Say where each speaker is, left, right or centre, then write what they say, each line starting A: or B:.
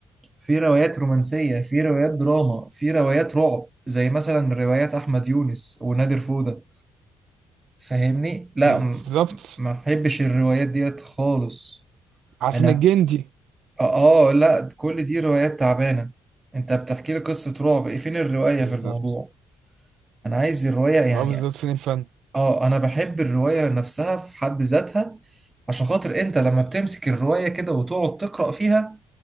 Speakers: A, on the right (about 20°); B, on the right (about 80°).
A: في روايات رومانسية في روايات دراما في روايات رعب زي مثلا روايات أحمد يونس ونادر فودة فاهمني لا
B: بالظبط
A: م- ما بحبش الروايات ديت خالص
B: حسن
A: انا
B: الجندي
A: اه آه، لا كل دي روايات تعبانه انت بتحكي لي قصه رعب ايه فين الروايه
B: بالظبط
A: في الموضوع انا عايز الروايه يعني
B: اه بالظبط فين الفن
A: اه انا بحب الروايه نفسها في حد ذاتها عشان خاطر انت لما بتمسك الروايه كده وتقعد تقرا فيها